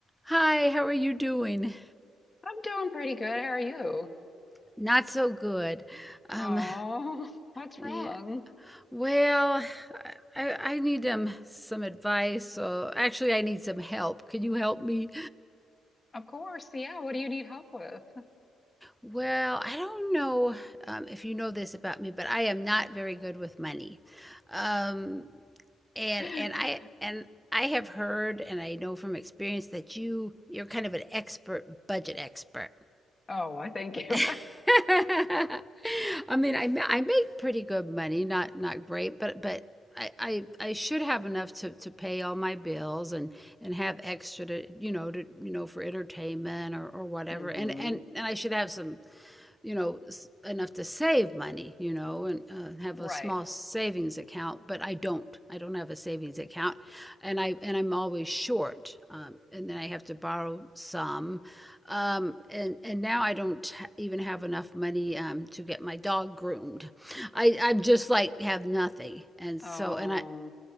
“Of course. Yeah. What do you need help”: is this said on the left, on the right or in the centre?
Left